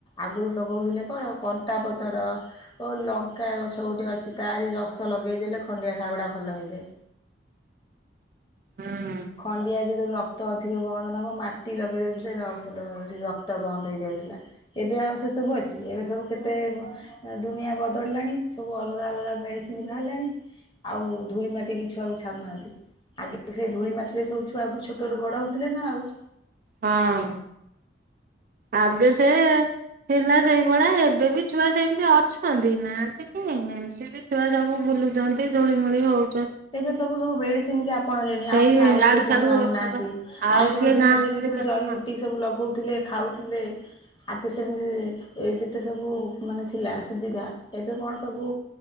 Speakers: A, on the left; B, on the right.
A: ଆଗରୁ ଲଗଉଥିଲେ କଣ କଣ୍ଟା ପତର ଓ ଲଙ୍କାଗଛ ଗୋଟେ ଅଛି ତାରି ରସ ଲଗେଇଦେଲେ ଖଣ୍ଡିଆ ଖାବଡ଼ା ଭଲ ହେଇଯାଏ।
B: ହୁଁ ହୁଁ।
A: ଖଣ୍ଡିଆ ଯେତେବେଳେ ରକ୍ତ ଅଧିକ ବନ୍ଦ ନହବ ମାଟି ଲଗେଇ ଦେଉଥିଲେ ଲ ରକ୍ତ ବନ୍ଦ ହେଇଯାଉଥିଲା। ଏବେ ଆଉ ସେ ସବୁ ଅଛି, ଏବେ ସବୁ କେତେ ଦୁନିଆ ବଦଳିଲାଣି ସବୁ ଅଲଗା ଅଲଗା ମେଡ଼ିସିନ୍ ବାହାରିଲାଣି, ଆଉ ଧୂଳି ମାଟିକି ଛୁଆକୁ ଛାଡୁନାହାଁନ୍ତି। ଆଗେ ସେଇ ଧୂଳି ମାଟି ରେ ସବୁ ଛୁଆ ଛୋଟରୁ ବଡ ହଉଥିଲେ ନା ଆଉ।
B: ହଁ। ଆଗେ ସେ ଥିଲା ସେଇଭଳିଆ ଏବେ ବିି ଛୁଆ ସେମିତି ଅଛନ୍ତି, ନାହାଁନ୍ତି କି ଏମିତି ବି ଛୁଆ ସବୁ ବୁଲୁଛନ୍ତି ଧୂଳି ମୁଳି ହଉ
A: ଏବେ ସବୁ ସବୁ ମେଡିସିନ କି ଆପଣେଇଲେଣି
B: ସେଇ
A: ଆଉ କିଏ ଆୟୁର୍ବେଦିକ
B: ଆଡୁ ସାଡୁ
A: ମାନୁନାହାଁନ୍ତି।
B: ଔଷଧ ଆଉ
A: ଆୟୁର୍ବେଦିକରେ
B: କିଏ ଗାଁ ଗହଳି
A: ସବୁ
B: କଥା
A: ଜରିିବୁଟି
B: ମାନୁ
A: ସବୁ ଲଗଉଥିଲେ, ଖାଉଥି ଥିଲେ, ଆଗେ ସେମତି ଯେତେ ସବୁ ମାନେ ଥିଲା ସୁବିଧା ଏବେ କଣ ସବୁ